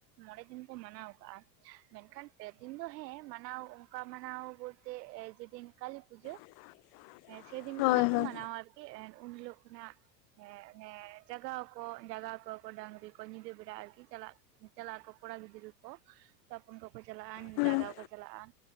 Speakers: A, on the right; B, on the left.
A: ᱢᱚᱲᱮ ᱫᱤᱱ ᱠᱚ ᱢᱟᱱᱟᱣ ᱠᱟᱜᱼᱟ ᱾ ᱢᱮᱱᱠᱷᱟᱱ ᱯᱮ ᱫᱤᱱ ᱫᱚ ᱦᱮᱸ ᱢᱟᱱᱟᱣ ᱚᱱᱠᱟ ᱢᱟᱱᱟᱣ ᱵᱚᱞᱛᱮ ᱡᱮᱫᱤᱱ ᱠᱟᱹᱞᱤ ᱯᱩᱡᱟᱹ
B: <inaudible>
A: ᱦᱮᱸ ᱥᱮᱫᱤᱱ
B: ᱦᱳᱭ
A: ᱠᱷᱚᱱᱟᱜ
B: ᱦᱳᱭ
A: ᱠᱚ ᱢᱟᱱᱟᱣᱟ ᱟᱨᱠᱤ ᱮᱸ ᱩᱱᱦᱤᱞᱳᱜ ᱠᱷᱚᱱᱟᱜ ᱮᱸ ᱚᱱᱮ ᱡᱟᱜᱟᱣ ᱠᱚ ᱡᱟᱜᱟᱣ ᱠᱚᱣᱟ ᱠᱚ ᱰᱟᱝᱨᱤ ᱠᱚ ᱧᱤᱫᱟᱹ ᱵᱮᱲᱟ ᱟᱨᱠᱤ ᱪᱟᱞᱟᱜ ᱪᱟᱞᱟᱜ ᱟᱠᱚ ᱠᱚᱲᱟ ᱜᱤᱫᱽᱨᱟᱹ ᱠᱚ ᱾ ᱛᱟᱯᱚᱱ ᱠᱚᱠᱚ ᱪᱟᱞᱟᱜᱼᱟ
B: ᱦᱩᱸ
A: ᱡᱟᱜᱟᱣ ᱠᱚ ᱪᱟᱞᱟᱜᱼᱟ ᱾